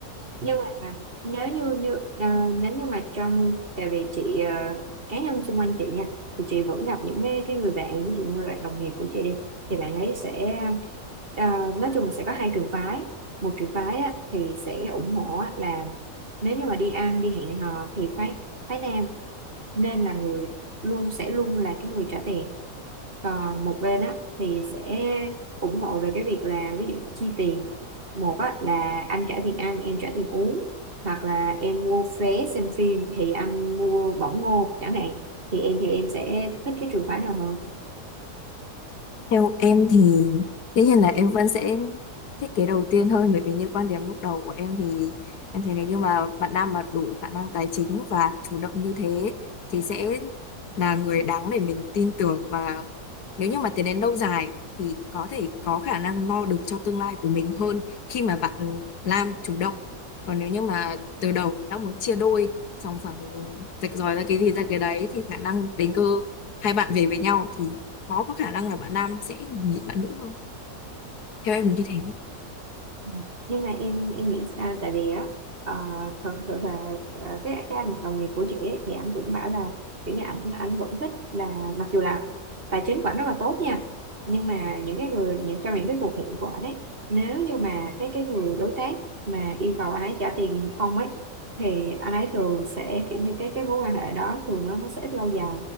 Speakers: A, on the right; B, on the left.
A: Nhưng mà à, nếu như như à, nếu như mà trong tại vì chị à, cá nhân xung quanh chị nha thì chị vẫn gặp những cái, cái người bạn ví dụ như bạn đồng nghiệp của chị đi thì bạn ấy sẽ à, nói chung là sẽ có hai trường phái một trường phái á, thì sẽ ủng hộ á, là nếu như mà đi ăn đi hẹn hò thì phái phái nam nên là người luôn sẽ luôn là cái người trả tiền còn một bên á thì sẽ ủng hộ về cái việc là ví dụ chi tiền một á, là anh trả tiền ăn em trả tiền uống hoặc là em mua vé xem phim thì anh mua bỏng ngô chẳng hạn thì em thì em sẽ thích cái trường phái nào hơn
B: Theo em thì tất nhiên là em vẫn sẽ thiết kế đầu tiên hơn bởi vì như quan điểm lúc đầu của em thì em thấy nếu như mà bạn nam mà đủ khả năng tài chính và chủ động như thế thì sẽ là người đáng để mình tin tưởng và nếu như mà tiến đến lâu dài thì có thể có khả năng lo được cho tương lai của mình hơn khi mà bạn nam chủ động còn nếu như mà từ đầu đã muốn chia đôi xong phẳng rạch ròi ra cái gì ra cái đấy thì khả năng đến cơ hai bạn về với nhau thì khó có khả năng là bạn nam sẽ nhịn bạn nữ hơn theo em là như thế
A: Ừ. nhưng mà em em nghĩ à, tại vì á à, thật sự là à, cái cái anh mà đồng nghiệp của chị ấy, thì anh cũng bảo là kiểu như ảnh ảnh vẫn thích là mặc dù là tài chính của ảnh rất là tốt nha nhưng mà những cái người những trong những cái cuộc hẹn của ảnh ấy nếu như mà cái cái người đối tác mà yêu cầu anh ấy trả tiền không ấy thì anh ấy thường sẽ kiểu như cái cái mối quan hệ đó thường nó nó sẽ ít lâu dài